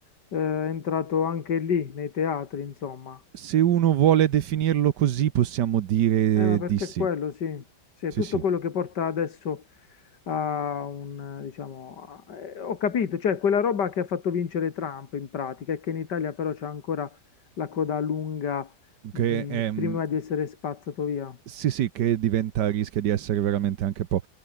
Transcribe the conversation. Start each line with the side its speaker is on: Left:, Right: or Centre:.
Left: eh, è entrato anche lì, nei teatri, insomma.
Right: Se uno vuole definirlo così, possiamo dire
Left: Eh, ma perché
Right: di sì.
Left: è quello, sì. Sì, è
Right: Sì,
Left: tutto
Right: sì,
Left: quello che porta adesso a un, eh, diciamo, a- eh, ho capito, cioè quella roba che ha fatto vincere Trump in pratica, e che in Italia però c'è ancora la coda lunga, mh,
Right: che è, mm,
Left: prima di essere spazzato via.
Right: sì, sì, che diventa rischia di essere veramente anche un po'